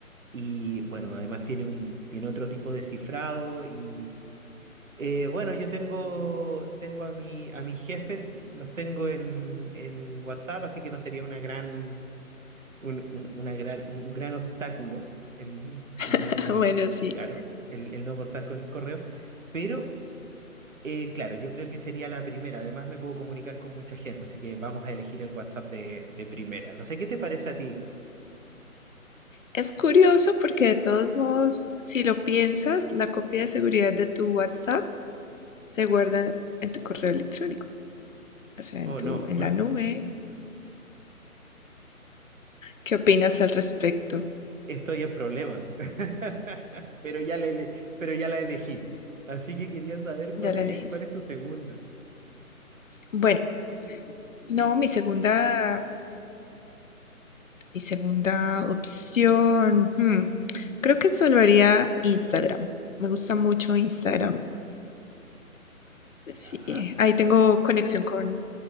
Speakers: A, on the right; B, on the left.
A: y bueno, además tiene un, tiene otro tipo de cifrado y eh, bueno, yo tengo, tengo a mi, a mis jefes, los tengo en, en WhatsApp, así que no sería una gran, un, un- una gran, un gran obstáculo el, el
B: <laughs>
A: no, el,
B: Bueno, sí.
A: claro, el, el no contar con el correo, pero eh, claro, yo creo que sería la primera. Además, me puedo comunicar con mucha gente, así que vamos a elegir el WhatsApp de, de primera. No sé qué te parece a ti.
B: Es curioso porque de todos modos, si lo piensas, la copia de seguridad de tu WhatsApp se guarda en tu correo electrónico, o sea,
A: Oh,
B: en tu,
A: no,
B: en la nube. ¿Qué opinas al respecto?
A: <laughs> estoy en problemas. <laughs> Pero ya, le, ele- pero ya la elegí. Así que quería saber cuál
B: Ya
A: es,
B: la elegís.
A: cuál es tu segunda.
B: Bueno, no, mi segunda, mi segunda opción, hmm, creo que salvaría Instagram. Me gusta mucho Instagram. Sí,
A: Ya.
B: ahí tengo conexión con